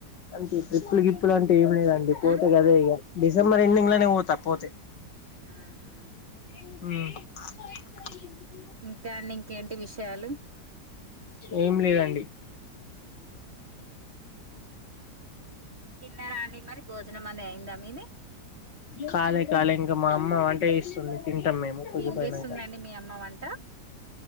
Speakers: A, on the left; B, on the right.
A: అంతే ట్రిప్పులు గిప్పులు అంటే ఏమి లేదండి పోతే
B: ఉమ్
A: గదే ఇగ డిసెంబర్ ఎండింగ్ లోనే పోతా పోతే
B: ఆహా
A: హ్మ్
B: ఇంకా అండి ఇంకేంటి విషయాలు
A: ఏం లేదండి
B: హ్మ్ తిన్నారా అండి మరి భోజనం అది అయిందా మీది
A: కాలే కాలే ఇంకా మా అమ్మ వంట చేస్తుంది తింటాం మేము కొద్దిపోయినంక
B: ఏం చేస్తుందండి మీ అమ్మ వంట